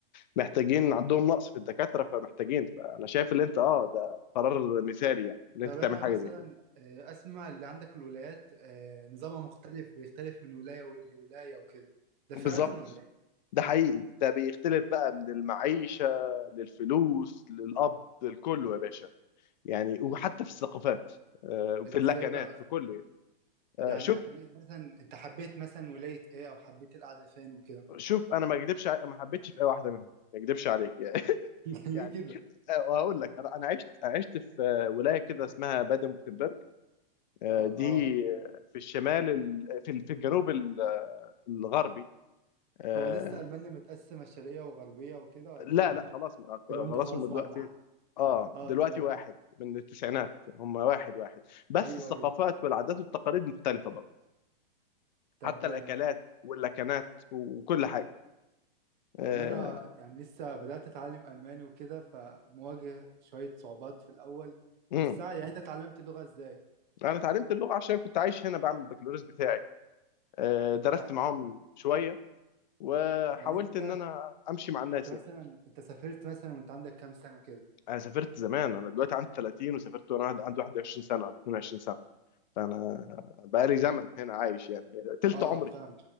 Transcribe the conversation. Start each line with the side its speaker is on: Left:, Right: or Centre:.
Left: محتاجين عندهم نقص في الدكاتره فمحتاجين فانا شايف اللي انت اه ده قرار مثالي يعني اللي
Right: طب
Left: انت تعمل
Right: أنا
Left: حاجه
Right: مثلا
Left: زي كده
Right: آه، أسمع اللي عندك الولايات آه، نظامها مختلف بيختلف من ولاية و- لولاية وكده ده
Left: بالظبط
Right: فعلا ولا إيه؟
Left: ده حقيقي ده بيختلف بقى من المعيشه للفلوس للقبض لكله يا باشا يعني وحتى في الثقافات آه،
Right: طب
Left: في
Right: إزاي
Left: اللكنات
Right: بقى
Left: في كله يعني آه،
Right: يعني
Left: شوف
Right: م- مثلا أنت حبيت مثلا ولاية إيه أو حبيت القعدة فين وكده
Left: شوف انا ما اكذبش ع- ما حبيتش في اي واحده منهم ما اكذبش عليك <laughs>
Right: <laughs> ليه
Left: يعني
Right: كده؟
Left: آه، وهقول لك انا أنا عشت عشت في ولايه كده اسمها بادن بوتنبرج آه،
Right: آه
Left: دي
Right: آه
Left: آه، في الشمال ال- في ال- في الجنوب ال- آه، الغربي آه،
Right: هو لسه ألمانيا متقسمة شرقية وغربية وكده ولا
Left: لا
Right: <laughs>
Left: لا خلاص ما- خلاص
Right: الكلام ده خلاص
Left: هم دلوقتي
Right: بعد ما
Left: اه
Right: آه
Left: دلوقتي
Right: تمام
Left: واحد من التسعينات هم واحد واحد بس
Right: أيوه
Left: الثقافات
Right: أيوه
Left: والعادات والتقاليد مختلفه برضه حتى
Right: طب
Left: الاكلات
Right: آه،
Left: واللكنات وكل حاجه آه،
Right: يعني أنا يعني لسه بدأت أتعلم ألماني وكده فمواجه شوية صعوبات في الأول
Left: امم
Right: بس يعني أنت اتعلمت اللغة إزاي؟
Left: انا اتعلمت اللغه عشان كنت عايش هنا بعمل البكالوريوس بتاعي آه،
Right: يعني أنت
Left: درست معاهم شويه وحاولت
Right: يعني أنت
Left: ان انا امشي مع الناس
Right: أنت مثلا
Left: يعني
Right: أنت سافرت مثلا وأنت عندك كام سنة كده؟
Left: انا سافرت زمان انا دلوقتي عندي 30 وسافرت وانا عند- عندي 21 سنه ولا 22 سنه فانا بقالي زمن هنا عايش يعني تلت
Right: أه
Left: عمري
Right: فاهم